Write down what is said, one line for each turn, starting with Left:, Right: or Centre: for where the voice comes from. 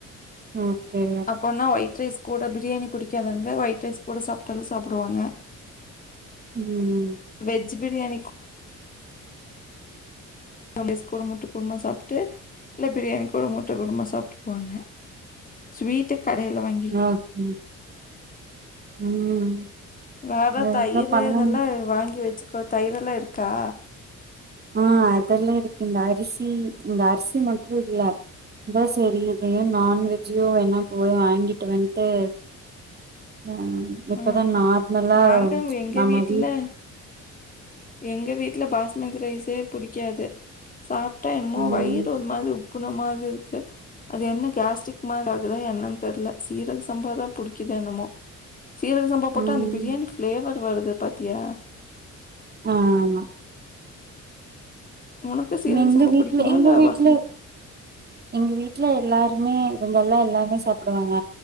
Right: ஓகே
Left: அப்பனா வய் ஒயிட் ரைஸ் கூட பிரியாணி புடிக்காதவங்க ஒயிட் ரைஸ் கூட சாப்ட்டாலு சாப்டுவாங்க
Right: ம்
Left: வெஜ் பிரியாணி ரைஸ் கூட முட்ட குருமா சாப்ட்டு இல்ல பிரியாணி கூட முட்ட குருமா சாப்ட்டுக்குவாங்க ஸ்வீட்டு கடைல வாங்கி
Right: நாக்கும் ம்
Left: வேற
Right: அதுதா
Left: தயிர்
Right: பண்ணனு
Left: இதெல்லா வாங்கி வச்சுக்கோ தயிரெல்லாம் இருக்கா
Right: ஆ அதெல்லா இருக்கு இந்த அரிசி இந்த அரிசி மட்டு இல்ல இந்த சரியது நான் வெஜ்ஜோ ஒன்னா போய் வாங்கிட்டு வந்ட்டு ம் எப்பதா
Left: ம்.
Right: நார்மலா
Left: நாங்க எங்க
Right: நம்ம
Left: வீட்ல
Right: வீட்
Left: எங்க வீட்ல பாஸ்மதி ரைஸே புடிக்காது சாப்ட்டா என்னமோ
Right: ம்
Left: வயிறு ஒரு மாரி உப் புன மாரி இருக்கு அது என்ன கேஸ்ட்ரிக் மாரி ஆகுதா என்னன் தெரில சீரக சம்பாதா புடிக்குதோ என்னமோ சீரக சம்பா போட்டா
Right: ம்
Left: அந்த பிரியாணி ஃப்ளேவர் வருது பாத்தியா
Right: ஆமா
Left: உனக்கு சீரக
Right: எங்க
Left: சம்பா
Right: வீட்ல
Left: பிடிக்குமா?
Right: எங்க
Left: இல்ல
Right: வீட்ல
Left: பாஸ்மதி
Right: எங்க வீட்ல எல்லாருமே இவங்க எல்லா எல்லாருமே சாப்டுவாங்க